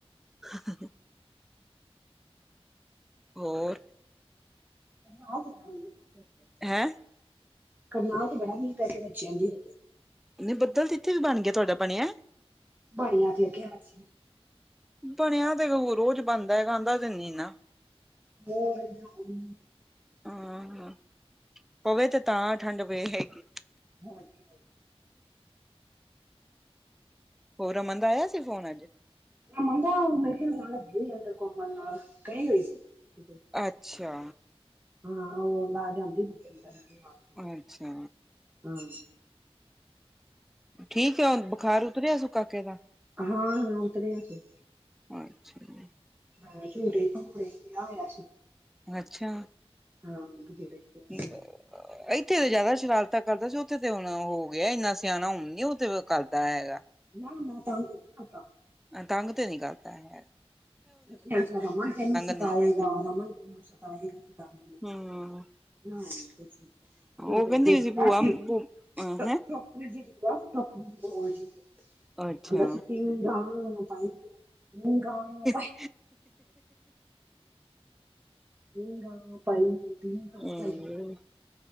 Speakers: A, in the centre; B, on the right.
A: ਹੂੰ, ਹੋਰ।
B: ਨਾਲ ਦੇ ਨਾਲ ਭੁਖ ਲਗੀ ਏ।
A: ਹੈਂ।
B: ਕਰਨਾਲ ਤੇ ਬੜਾ ਮੀਂਹ ਪੈ ਕੇ ਹਟਿਆ ਜੀ।
A: ਨੀ ਬੱਦਲਥ ਤੇ ਇਥੇ ਵੀ ਬਣ ਗਿਆ, ਤੁਹਾਡਾ ਬਣਿਆ।
B: ਬਣਿਆ ਤੇ ਅੱਗੇ ਹੱਥ ਸੀ
A: ਬਣਿਆ ਤੇ ਰੋਜ਼ ਬਣਦਾ ਏ, ਆਦਾ ਤੇ ਨਹੀਂ ਨਾਂ।
B: ਵਾਹਿਗੁਰੂ।
A: ਹਾਂ, ਪਵੇ ਤੇ ਤਾਂ ਠੰਡ ਪਏ ਹੈਗੀ।
B: ਹਾਂਜੀ-ਹਾਂਜੀ।
A: ਹੋਰ ਰਮਨ ਦਾ ਆਇਆ ਸੀ ਫੋਨ ਅੱਜ।
B: ਰਮਨ ਦਾ ਮੇਰੇ ਖਿਆਲ ਕੋਮਲ ਨਾਲ ਕਈ ਹੋਈ ਸੀ। ਕੀਤੇ?
A: ਅੱਛਾ।
B: ਹਾਂ, ਉਹ ਆ ਜਾਂਦੀ ਪਿਛੇ <unintelligible> ਬਾਦ
A: ਅੱਛਾ।
B: ਹਾਂ।
A: ਠੀਕ ਆ, ਉਨ ਬੁਖਾਰ ਉਤਰਿਆ ਕਾਕੇ ਦਾ।
B: ਹਾਂ, ਹੁਨ ਉਤਰਿਆ ਸੀ।
A: ਅੱਛਾ ਜੀ।
B: ਹ ਝੂਟੇ ਪਗੂੜੇ ਪਿਹਾਂ ਹੋਇਆ ਸੀ।
A: ਅੱਛਾ।
B: ਹਾਂ ਭੰਗੂੜੇ ਪਿਆ
A: ਇੱਥੇ
B: ਸੀ
A: ਤੇ ਜ਼ਿਆਦਾ ਸ਼ਰਾਰਤਾ ਕਰਦਾ ਸੀ ਉੱਥੇ ਤੇ ਹੁਣ ਹੋ ਗਿਆ ਇੰਨਾ ਸਿਆਣਾ ਹੁਣ ਨੀ ਉਹਥੇ ਕਰਦਾ ਹੈਗਾ।
B: ਨਾ-ਨਾ, ਤਂਗ ਕੋਨੀ ਕਰਦਾ।
A: ਤੰਗ ਤੇ ਨੀ ਕਰਦਾ ਏਵੇ।
B: ਅੱਛ ਅੱਛਾ <unintelligible> ਰਮਨ ਤੈਨੂੰ ਸਤਾਏਗਾ
A: ਨੀ
B: ਰਮਨ ਤੈਨੂੰ ਸਤਾਏਗਾ ਰਖਦਾ <unintelligible>
A: ਹਾਂ ਹਾਂ
B: ਨਹੀਂਛ ਨਹੀਂ
A: ਉਹ
B: ਟ
A: ਕਹਿੰਦੀ
B: ਜ
A: ਹੋਈ ਭੂਆ
B: ਸੀ
A: ਹੈਂ
B: <unintelligible> ਰੀ ਜੀ ਸੀੋਕਰੀ
A: ਅੱਛਾ
B: ਕਹਿੰਦਾ ਸੀ ਤਿੰ ਪਾਈ <unintelligible> ਹਗਾ <unintelligible>
A: ਹੀ
B: ਹੈ ਗਾ <unintelligible> ਪਾਈ
A: ਹਮ